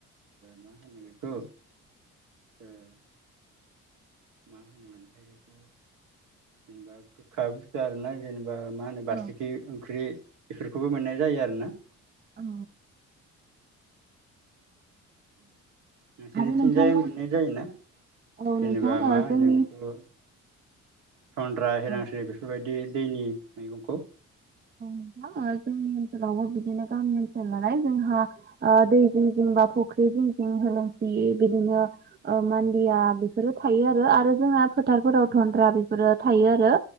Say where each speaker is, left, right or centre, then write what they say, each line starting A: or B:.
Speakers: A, on the right; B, on the right.
A: मा ओ होनो बेखौ? ओ मा होनोमोनथाय बेखौ जेनेबा गोखा बुस्थु आरोना जेनबा ओ बा मा होनो बारसिखि
B: औ
A: ओंख्रि बेफोरखौबो मोननाय जायो आरोना।
B: औ
A: नोंसोरनिथिंजाय
B: आरो नोंथांमोन
A: मोननाय जायोना?
B: औ
A: जेनेबा
B: नोंथां
A: मा
B: ओ
A: होनो
B: जोंनि
A: बिखौ? थन्द्रा
B: औ
A: इलांसि बेफोर बायदि दैनि मैगंखौ
B: थां ओ जोंनि ओनसोलावबो बिदिनो गामि ओनसोल नालाय जोंहा ओ दै जिं जिंबा फुख्रि फुख्रि जिं जिं होलोंसि बिदिनो ओ मनदिया बेफोरो थायो आरो। आरो जोङा फोथार फोराव धन्द्रा बेफोरो थायो आरो